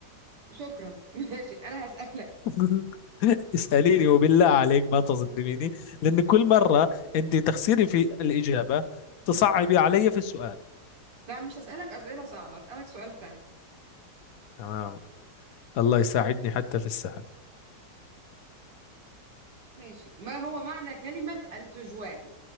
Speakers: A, on the right; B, on the left.
A: شكرا <laughs> ماشي انا هسألك
B: <laughs> اسأليني وبالله عليك ما تظلميني لأن كل مرة أنت تخسري في الإجابة تصعبي علي في السؤال
A: لا مش هسألك أسئلة صعبة هسألك سؤال سهل
B: تمام الله يساعدني حتى في السهل
A: ماشي ما هو معنى كلمة التجوال